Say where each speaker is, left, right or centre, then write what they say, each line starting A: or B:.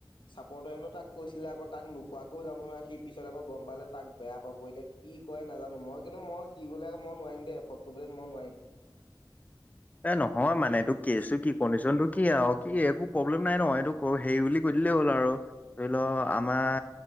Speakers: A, on the left; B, on the left.
A: চাপৰটোৱে হেনো তাক কৈছিলে আকৌ তাক নোকোৱাকৈও যাব নোৱাই সি পিছত আকৌ গম পালে তাক বেয়া পাব এতিয়া। কি কয় নাজানো মই কিন্তু মই সি গ'লে মই নোৱাৰিম দেই এফৰ্ড কৰিবলে মই নোৱাৰিম।
B: <unintelligible> এ নহয় মানে এইটো কেচো কি কণ্ডিচন টো কি আও কি একো প্ৰব্লেম নাই ন এইটো ক হেৰি বুলি কৈ কৈ দিলে হ'ল আৰু ধৰি ল আমাৰ